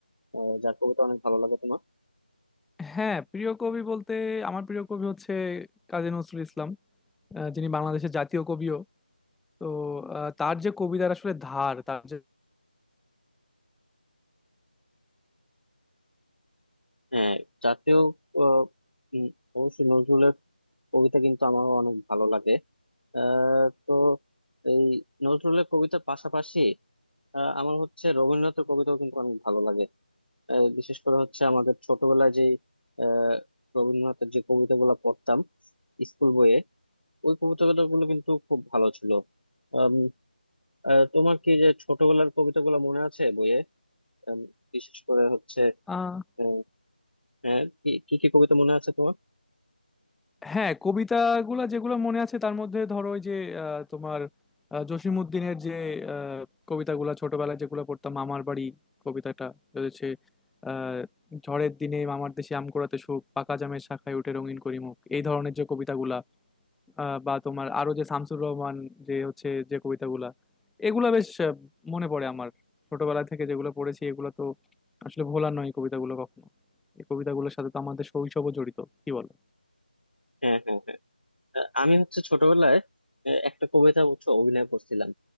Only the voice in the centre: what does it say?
হ্যাঁ প্রিয় কবি বলতে আমার প্রিয় কবি হচ্ছে কাজী নজরুল ইসলাম আহ, যিনি বাংলাদেশের জাতীয় কবিও তো আহ, তার যে কবিতার আসলে ধার তার যে
আহ,
হ্যাঁ কবিতাগুলো যেগুলো মনে আছে তার মধ্যে ধরো ওই যে আহ, তোমার আহ, জসিমউদ্দিনের যে আহ, কবিতাগুলো ছোটবেলায় যেগুলো পড়তাম মামার বাড়ি কবিতাটা রয়েছে আহ, ঝড়ের দিনে মামার দেশে আম কুড়াতে সুখ পাকা জামের শাখায় উঠে রঙিন করি মুখ এই ধরনের যে কবিতাগুলা আহ, বা তোমার আরো যে শামসুর রহমান যে হচ্ছে যে কবিতাগুলা এগুলা বেশ আহ, মনে পড়ে আমার ছোটবেলা থেকে যেগুলো পড়েছি এগুলো তো আসলে ভোলার নয় এই কবিতাগুলো কখনো এই কবিতাগুলোর সাথে তো আমাদের শৈশবও জড়িত কি বলো